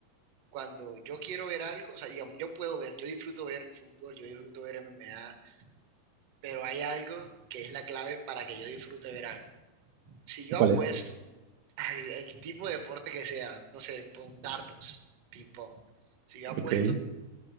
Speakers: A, on the right; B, on the right.
A: cuando yo quiero ver algo, o sea, digamos, yo puedo ver, yo disfruto ver fútbol, yo disfruto ver M M A pero hay algo que es la clave para que yo disfrute ver algo. Si yo
B: ¿Y cuál
A: apuesto
B: es?
A: al el tipo de deporte que sea, no sé, pon dardos, ping pong, si yo apuesto,
B: Ok.